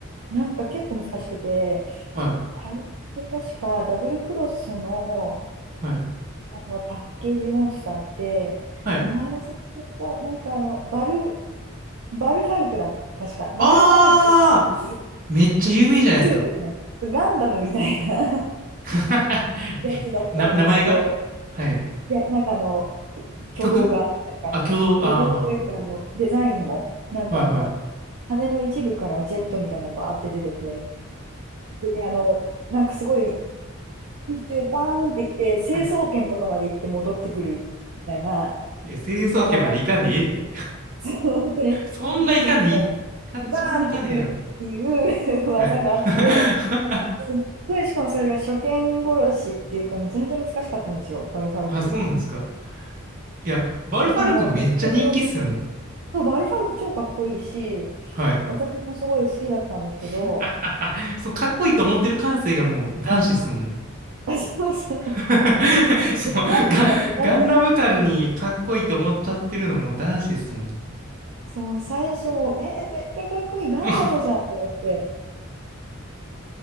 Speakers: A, on the right; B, on the right.
A: なんか結構難しくて、
B: はい、
A: あれって確かダブルクロスの、
B: はい、
A: あのパッケージモンスターって、
B: はい。
A: 名前忘れちゃった、なんかあの、バル、バルファルクだ。確か。バルファルクっていう、
B: あー、めっちゃ有名じゃないですか。
A: ヒューみたいなガンダムみたいな <laughs>
B: <laughs>
A: やつだったんですよ。
B: えな、名前がはい。
A: いや、なんかあの、挙動が、
B: 曲
A: なんか、
B: あ、挙動、
A: 挙動というか、
B: あ
A: あの、デザインも、なんかあの、
B: ー、はい、はい。
A: 羽の一部からジェットみたいなのバーって出てて、で、あの、なんかすごい、空中バーンっていって、成層圏とかまで行って戻ってくるみたいな
B: <laughs> いや、清掃圏までいかんでいいって。
A: 技があって、<laughs> 本当に隕石みたいに
B: そんないかんでいい、かん、
A: バーンってくるっていう
B: そんないかんでいいやろ。
A: <laughs> 技があって、
B: はい。<laughs>
A: すっごい、しかもそれが初見殺しっていうか、めちゃめちゃ難しかったんですよ、バルファルク。
B: あ、そうなんですか。いや、バルファルクめっちゃ人気っすよね。
A: だからもう、ラスボスの時点。そうバルファルク超かっこいいし、
B: はい。
A: 私もすごい好きだったんですけど、
B: <laughs> そのかっこいいと思ってる感性がもう男子っすもんね。
A: <laughs> そうそう。
B: <laughs>
A: デザインがめちゃめちゃかっこいい
B: そのガ、ガンダム感にかっこいいと思っちゃってるのも男子っすもんね。
A: そう、最初も、え、めっちゃかっこいい、ガンダムじゃんと思って、
B: <laughs>